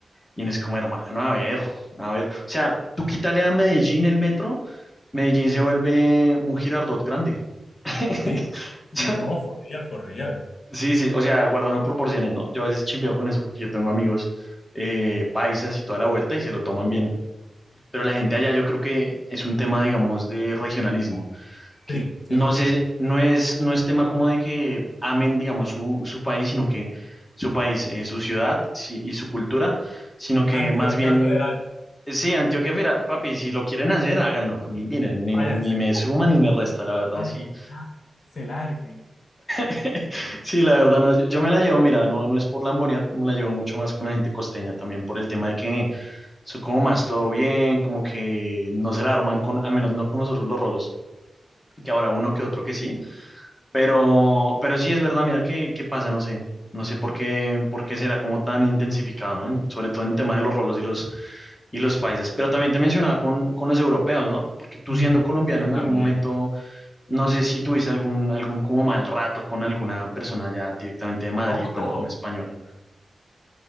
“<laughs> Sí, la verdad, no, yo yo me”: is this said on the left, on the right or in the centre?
Left